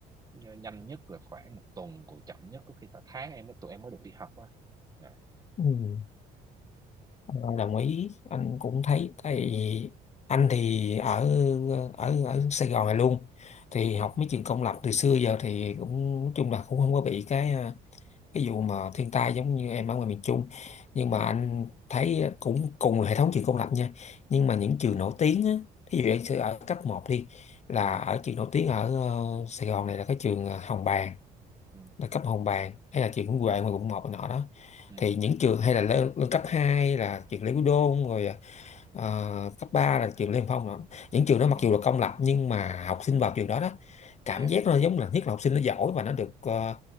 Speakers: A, on the right; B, on the left.
A: nh- nhanh nhất là khoảng một tuần còn chậm nhất có khi cả tháng em mới tụi em mới được đi học á Dạ.
B: Ừ. Ờ, đồng ý anh cũng thấy tại vì anh thì ở ở ở Sài Gòn này luôn thì
A: ừ
B: học mấy trường công lập từ xưa giờ thì cũng nói chung là cũng không có bị cái à, cái vụ mà thiên tai giống như em ở ngoài miền Trung nhưng
A: ừ
B: mà anh thấy cũng cùng là hệ thống trường công lập nha nhưng mà những trường
A: ừ
B: nổi tiếng á ví dụ anh sẽ ở cấp một đi là
A: ừ
B: ở trường nổi tiếng ở ờ, Sài Gòn này là cái trường ờ, Hồng Bàng
A: ừ
B: là cấp hồng bàng hay là trường Nguyễn Huệ
A: ừ
B: ngoài quận 1 này nọ đó
A: ừ
B: thì những trường hay là lên, lên cấp 2 là trường Lê Quý Đôn rồi ờ, cấp 3 là trường Lê Hồng Phong đó. những trường đó mặc
A: ừ.
B: dù là công lập nhưng mà học sinh vào trường đó đó cảm
A: dạ
B: giác nó giống là nhất là học sinh nó giỏi và nó được ờ,